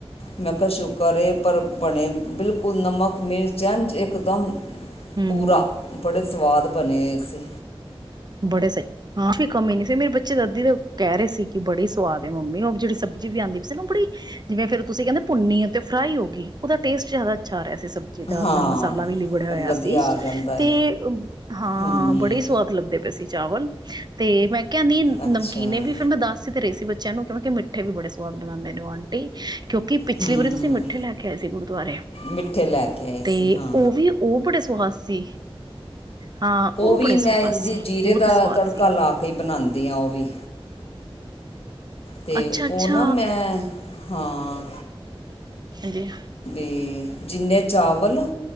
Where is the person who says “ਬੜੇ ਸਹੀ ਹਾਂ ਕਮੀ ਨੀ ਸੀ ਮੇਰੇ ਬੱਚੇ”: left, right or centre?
Right